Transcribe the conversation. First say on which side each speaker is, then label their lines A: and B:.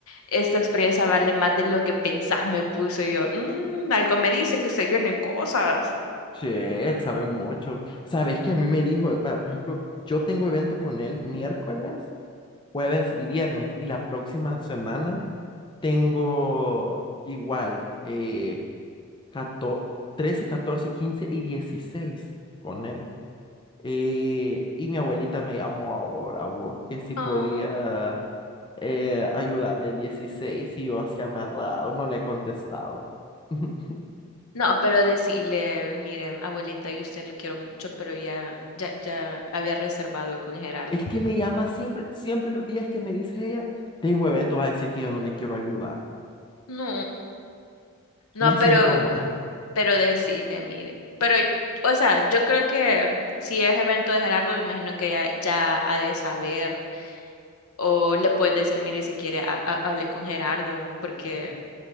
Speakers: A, on the left; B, on the left.
A: esta experiencia vale más de lo que pensás, me puse yo. "Mm, algo me dice que se vienen cosas.
B: Sí, él sabe mucho. Sabes que a mí me dijo, va, por ejemplo, yo tengo evento con él miércoles, jueves y viernes, y la próxima semana tengo igual eh, 14 13, 14, 15 y 16 con él. Eh, y mi abuelita me llamó ahora, vos, que si
A: Oh.
B: podía eh, ayudarle el 16 y yo así amarrado, no le he contestado. <laughs>
A: No, pero decirle, mire, abuelita, yo a usted la quiero mucho, pero ya, ya, ya había reservado con Gerardo.
B: Es que me llama siempre, siempre los días que me dice ella, tengo evento, va a decir que yo no le quiero ayudar.
A: No, no,
B: Me siento
A: pero,
B: mal.
A: pero decirle, mire, pero, o sea, yo creo que si es evento de Gerardo, me imagino que ya, ya ha de saber O le puedes decir, mire, si quiere, ha- ha- hablé con Gerardo, porque,